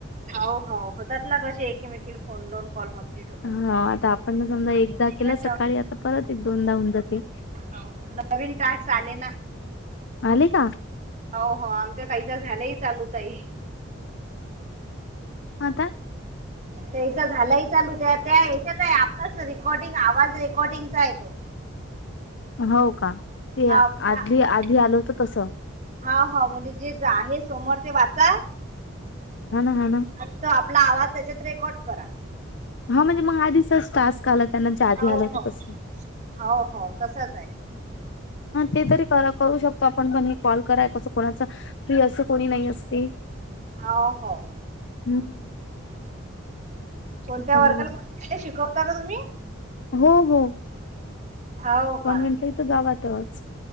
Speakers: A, on the right (about 35°); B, on the left (about 60°).
A: हो हो होतात ना कशी एकीमेकी फोन लोन. कॉ कंप्ट. <unintelligible>
B: हा आता आपण समजा एकदा केलं
A: घटना
B: सकाळी आता परत एक दोनदा होऊन जाते.
A: हो नवीन टास्क आले ना.
B: आले का?
A: हो हो आमच्या ताईचा झालंय चालू ताई.
B: म आता.
A: त्याचा झालाही चालू त्या त्या हच्यात आहे आपला रेकॉर्डिंग आवाज रेकॉर्डिंगचा आहे तो.
B: हो का ते
A: हा
B: अधली
A: म्हणजे आ-
B: आधी आलं होतं तस.
A: हा हो म्हणजे जे आहे समोर ते वाचा.
B: हाणा हाणा.
A: आणि तो आपला आवाज त्याच्यात रेकॉर्ड करा.
B: हा म्हणजे मग आधी टास्क आला. त्यांना चाधी
A: हो
B: आलं होत
A: हो
B: तस ह
A: हो हो तसंच आहे
B: ते तरी. तर करू शकतो आपण पण हे कॉल कराय कसं कोणाच फ्री असत कोणी नाही असते.
A: हो हो.
B: हम्म.
A: कोणत्या
B: त्याच्यामुळे
A: वर्गाला को शिकवता का तुम्ही.
B: हो हो.
A: हो
B: कॉन्व्हेंटला
A: का?
B: इथं गावातच